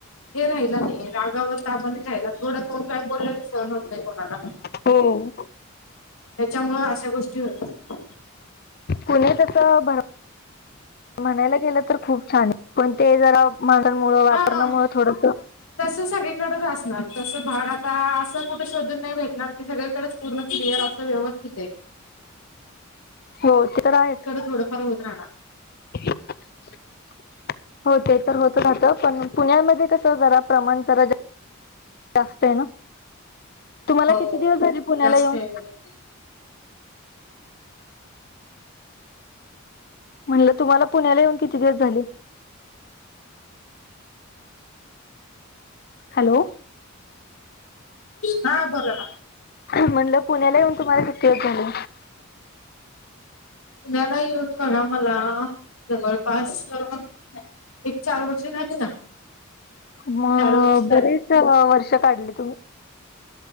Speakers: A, on the left (about 80°); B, on the left (about 45°).
A: हे राहिला नाही रागावर ताबा नाय राहिला थोडं कोण काय बोललेला सण होत नाही. कोणाला
B: हो
A: त्याच्यामुळं अशा गोष्टी होतात.
B: पुण्यात असं भर म्हणायला गेलं तर खूप छान आहे पण ते जरा <unintelligible> वातावरणामुळे
A: हा
B: थोडंस
A: तस सगळीकडेच असणार तस भाग आता असं कुठं शोधून नाही भेटणार की सगळे तिकडच पूर्ण क्लिअर अस व्यस्थित आहे.
B: हो ते तर आहेच.
A: थोड फार होत राहणार.
B: <inaudible> होते तर होत राहतं पण पुण्यामध्ये कस जरा प्रमाण जरा जा जास्तय ना? तुम्हाला
A: हो
B: किती दिवस झाले पुण्याला येऊन?
A: <unintelligible>
B: म्हणलं तुम्हाला पुण्याला येऊन किती दिवस झाले? हॅलो
A: हा बोला ना.
B: म्हणलं पुण्याला येऊन तुम्हाला किती दिवस झाले?
A: पुण्याला येऊन बघा मला जवळपास अ एक चार वर्ष झाली ना.
B: मग
A: चार वर्ष झाली
B: बरेच वर्ष काढले तुम्ही.